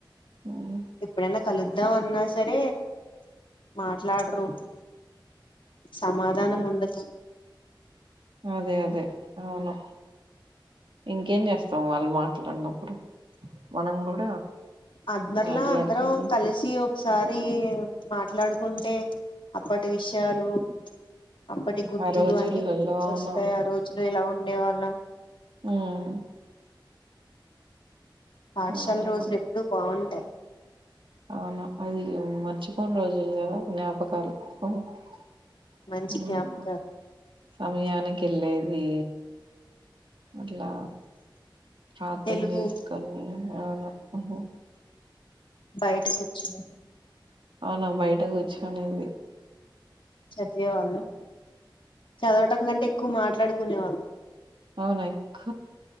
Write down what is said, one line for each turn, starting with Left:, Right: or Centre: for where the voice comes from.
Right: ఉమ్,
Left: ఎప్పుడైనా కలుద్దాం అన్నా సరే మాట్లడరు సమాధానం
Right: ఉమ్.
Left: ఉండదు
Right: అదే అదే అవును ఇంకేం చేస్తాం వాళ్ళు మాట్లాడినప్పుడు మనం కూడా
Left: అందర్లా
Right: మాట్లాడుకుందాం
Left: అందరం కలిసి ఓ ఒకసారి మాట్లాడుకుంటే అప్పటి విషయాలు అప్పటి గుర్తులు
Right: ఆ రోజులలో
Left: అన్ని గుర్తోస్తాయి
Right: అవును
Left: ఆ రోజులు ఎలా ఉండే వాళ్ళం
Right: ఉమ్
Left: పాఠశాల
Right: అవునవును
Left: రోజులు ఎప్పుడు బాగుంటయి
Right: అవునా అది మర్చిపోని రోజులు కదా జ్ఞాపకాలు ఉమ్
Left: మంచి జ్ఞాపకాలు
Right: సమయానికి వెళ్ళేది అట్లా ప్రార్థన
Left: తెలుగు
Right: చేసుకొని అవును ఉహు
Left: బయటకొచ్చిన
Right: అవున బయట కూర్చునేది
Left: చదివేవాళ్ళం చదవటం కంటే ఎక్కువ మాట్లాడుకునే వాళ్ళు
Right: అవునేక్క